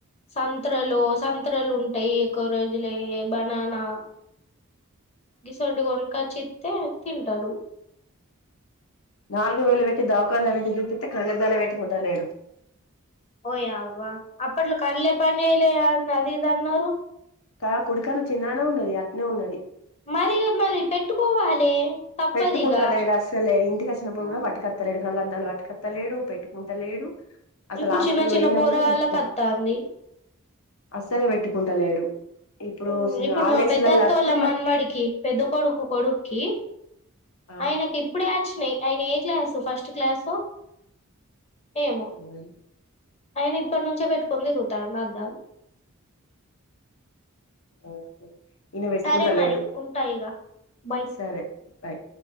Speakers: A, on the left (about 30°); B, on the left (about 70°).
A: సంత్రలు సంత్రలు ఉంటాయి. ఎక్కువ రోజులెయ్ బనానా గిస్వంటిగోన్కోత్ తే తింటాడు
B: నాలుగు వేలు పెట్టి, దావకాల్న పెట్టి చూపితే కండ్లాద్దలే పెట్టుకుంటా లేడు.
A: ఓయావ్వా! అప్పట్లో కళ్ళే పన్జేయాలేవ్ అన్ అది ఇది అన్నారు?
B: కా కుడికన్ను చిన్ననే ఉన్నది. అట్నే ఉన్నది.
A: మరిగా మరి పెట్టుకోవాలే తప్పదిగా
B: పెట్టుకుంటాలేడు అస్సలే ఇంటికి కచ్చినప్పుడు
A: ఆ
B: కూడా పటుకత్తలేడు కళ్ళలద్దాలుట్టుకత్ త్తలేడు పెట్టుకుంటలేడు అసలు
A: ఇప్పుడు
B: హస్టల్
A: చిన్న చిన్న
B: పోయినా
A: పోరగాళ్ళకి
B: కూడా గంతే
A: అత్తాంది
B: అస్సలే పెట్టుకుంటలేడు ఇప్పుడు
A: హుమ్ ఇప్పుడు
B: హాలిడేస్లల్ల
A: మా పెద్దతొళ్ళ
B: వత్తే
A: మన్మడికి పెద్ద కొడుకు కొడుక్కి
B: మరి
A: ఆయనకి ఇప్పుడే వచ్చినయ్ ఆయన ఏ క్లాసు ఫస్ట్ క్లాసో ఏమో
B: అవు
A: ఆయన ఇప్పటి నుంచే పెట్టుకొని తిరుగుతాండూ అద్దాలు
B: అహ ఈయన పెట్టుకుంట
A: సరే మరి
B: లేడు
A: ఉంటా ఇగ బాయ్.
B: సరే బాయ్